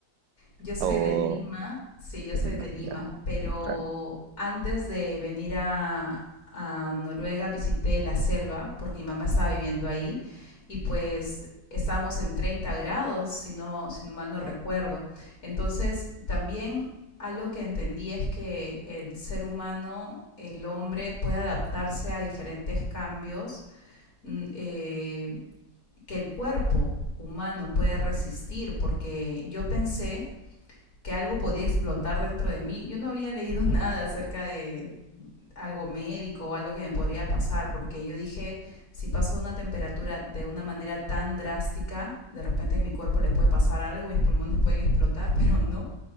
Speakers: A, on the left; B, on the right.
A: Yo soy
B: o
A: de Lima, sí, yo
B: de
A: soy
B: Lima?
A: de Lima,
B: Ya,
A: pero
B: claro,
A: antes de venir a, a Noruega visité la selva porque mi mamá estaba viviendo ahí y pues estábamos en 30 grados, si no, si mal no recuerdo. Entonces, también algo que entendí es que el ser humano, el hombre, puede adaptarse a diferentes cambios mm, eh, que el cuerpo humano puede resistir, porque yo pensé que algo podía explotar dentro de mí. Yo no había leído <laughs> nada acerca de algo médico o algo que me podría pasar, porque yo dije, si paso una temperatura de una manera tan drástica, de repente a mi cuerpo le puede pasar algo, mis pulmones pueden explotar, <laughs> pero no.